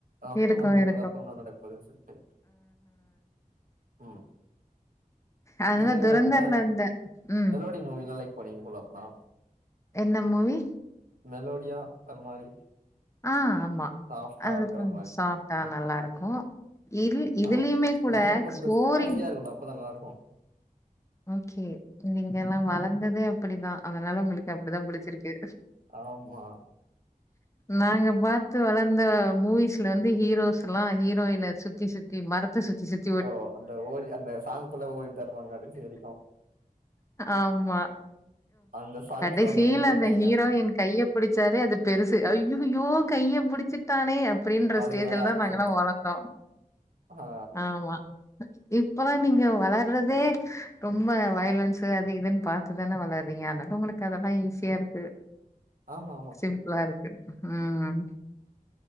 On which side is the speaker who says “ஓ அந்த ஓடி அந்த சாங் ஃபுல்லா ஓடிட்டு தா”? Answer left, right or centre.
Right